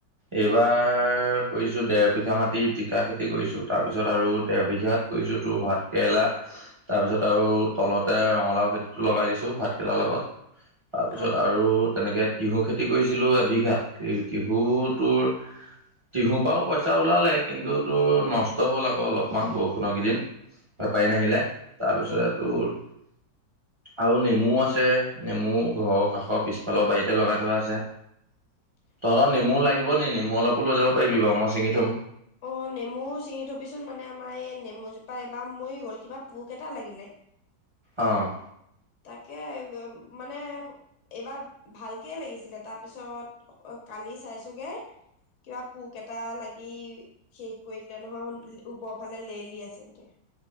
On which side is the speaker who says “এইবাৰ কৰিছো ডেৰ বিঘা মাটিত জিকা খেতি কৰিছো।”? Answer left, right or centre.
Right